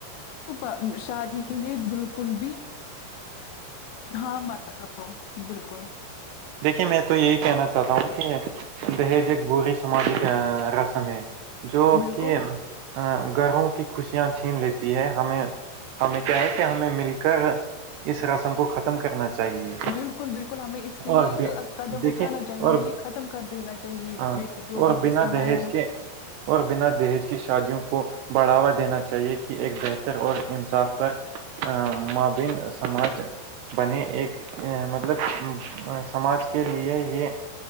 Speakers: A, on the left (about 80°); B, on the right (about 80°).
A: تو با شادی کے لیے بالکل بھی ہاں مت کرو بالکل
B: دیکھیے میں تو یہی کہنا چاہتا ہوں کہ دہیج ایک بری سماجی رسم ہے جو
A: بالکل
B: کہ گھروں کی خوشیاں چھین لیتی ہے ہمیں ہمیں کیا ہے کہ ہمیں مل کر اس رسم کو ختم کرنا چاہیے
A: بالکل بالکل ہمیں اس کے
B: اور
A: لیے قدم
B: دیکھیے
A: اٹھانا چاہیے ہمیں
B: اور
A: یہ ختم کر دینا چاہیے
B: آ،
A: یہ جو
B: اور
A: بھی
B: بنا
A: سسٹم
B: دہیج
A: آیا ہے
B: کے اور بنا دہیج کی شادیوں کو بڑھاوا دینا چاہیے کہ ایک بہتر اور انصاف پر مابین سماج بنے ایک مطلب سماج کے لیے یہ